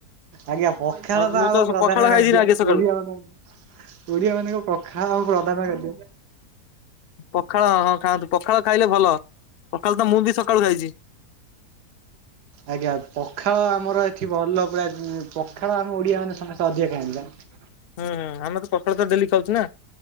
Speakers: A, on the right (about 80°); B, on the left (about 70°).
A: ଆଜ୍ଞା ପଖାଳ
B: ଆଉ
A: ତ
B: ମୁଁ
A: ଆମ ପ୍ରଧାନ
B: ପଖାଳ ଖାଇଛି
A: ଖାଦ୍ୟ।
B: ଆଗେ ସକାଳୁ
A: ଓଡିଆ ମାନଙ୍କୁ ଓଡିଆ ମାନଙ୍କ ପଖାଳ ଆମ ପ୍ରଧାନ ଖାଦ୍ୟ।
B: ପଖାଳ ହଁ ଖାଆନ୍ତୁ ପଖାଳ ଖାଇଲେ ଭଲ ପଖାଳ ତ ମୁଁ ବି ସକାଳୁ ଖାଇଛି।
A: ଆଜ୍ଞା ପଖାଳ ଆମର ଏଠି ଭଲ ପୁରା ଉଁ ପଖାଳ ଆମ ଓଡିଆ ମାନେ ସମସ୍ତେ ଅଧିକା ଖାଆନ୍ତି ବା।
B: ହୁଁ ହୁ ଆମେ ତ ପଖଳ ତ ଡେଲି ଖାଉଛୁ ନା?